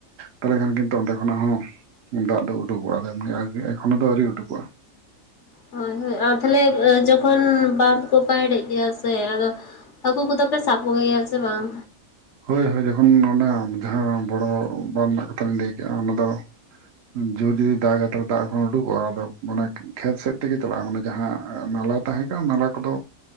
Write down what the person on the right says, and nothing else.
ᱛᱟᱦᱚᱞᱮ ᱠᱷᱟᱱ ᱠᱤᱱᱛᱩ ᱚᱸᱰᱮ ᱠᱷᱚᱱᱟᱜ ᱦᱚᱸ ᱫᱟᱜ ᱫᱚ ᱩᱰᱩᱠᱚᱜᱼᱟ ᱮᱢᱱᱤ ᱟᱹᱨᱠᱤ ᱮᱠᱷᱱᱚ ᱫᱚ ᱟᱣᱨᱤ ᱩᱰᱩᱠᱚᱜᱼᱟ ᱾
ᱦᱳᱭ, ᱦᱳᱭ, ᱡᱚᱠᱷᱚᱱ ᱚᱱᱟ ᱡᱟᱦᱟᱸ ᱵᱚᱲᱚ ᱵᱟᱸᱫ ᱨᱮᱱᱟᱜ ᱠᱟᱛᱷᱟ ᱞᱤᱧ ᱞᱟᱹᱭ ᱠᱮᱜᱼᱟ ᱚᱱᱟ ᱫᱚ ᱡᱳᱨ ᱡᱩᱫᱤ ᱫᱟᱜᱼᱟ ᱛᱚᱵᱮ ᱫᱟᱜ ᱠᱚᱦᱚᱸ ᱩᱰᱩᱠᱚᱜᱼᱟ, ᱟᱫᱚ ᱚᱱᱟ ᱠᱷᱮᱛ ᱥᱮᱫ ᱛᱮᱜᱮ ᱪᱟᱞᱟᱜᱼᱟ ᱢᱟᱱᱮ ᱡᱟᱦᱟᱸ ᱱᱟᱞᱟ ᱛᱟᱦᱮᱸ ᱠᱟᱱ ᱱᱟᱞᱟ ᱠᱚᱫᱚ